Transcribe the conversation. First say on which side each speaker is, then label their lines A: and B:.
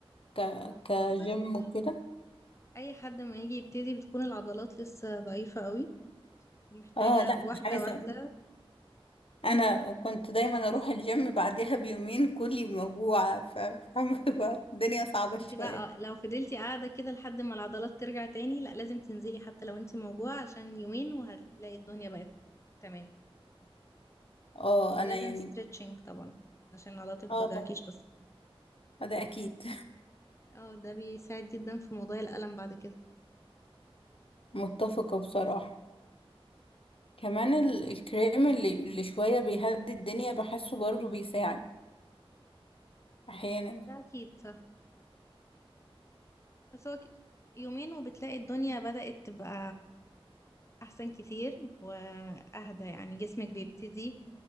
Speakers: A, on the left (about 65°); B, on the left (about 30°).
A: ك-
B: بس
A: كجيم
B: كده كده
A: وكده
B: أي حد ما يجي يبتدي بتكون العضلات لسه ضعيفة قوي ومحتاجة
A: اه لا
B: واحدة
A: مش عايزة
B: واحدة
A: اقول انا كنت دايما اروح الجيم بعدها بيومين كلي موجوعة ف- فاهمة <laughs> بقى؟ الدنيا صعبة
B: ما انت
A: شوية
B: بقى اه، لو فضلتي قاعدة كده لحد ما العضلات ترجع تاني لا لازم تنزلي حتى لو انت موجوعة عشان يومين وهتلاقي الدنيا بقت تمام
A: اه
B: ولازم
A: انا يعني
B: ستريتشنج طبعا عشان عضلاتك ما
A: اه
B: توجعكيش
A: طبعا
B: اصلا
A: ده اكيد
B: اه ده بيساعد جدا في موضوع الألم بعد كده
A: <laughs> متفقة بصراحة كمان ال- الكريم اللي اللي شوية بيهدي الدنيا بحسه برضه بيساعد أحيانا
B: ده أكيد صح بس هو كده يومين وبتلاقي الدنيا بدأت تبقى احسن كتير واهدى يعني جسمك بيبتدي